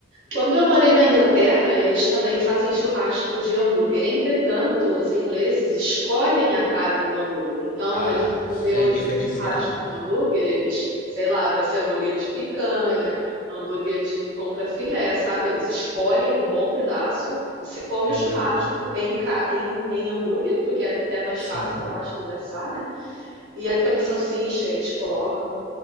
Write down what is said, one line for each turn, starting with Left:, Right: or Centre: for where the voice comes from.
Right: Quando eu morei na Inglaterra, eles também fazem churrasco de hambúrguer. Entretanto, os ingleses escolhem a carne do hambúrguer. Então,
Left: Ah,
Right: eles vão fazer
Left: já
Right: hoje
Left: é diferenciado.
Right: um churrasco de hambúrguer, eles, sei lá, vai ser hambúrguer de picanha, hambúrguer de contrafilé, sabe? Eles escolhem um bom pedaço. Você come
Left: Aham,
Right: o churrasco em, ca- em, em hambúrguer, porque é até mais
Left: sim.
Right: fácil, eu acho, de assar, né? E aí também salsicha eles colocam.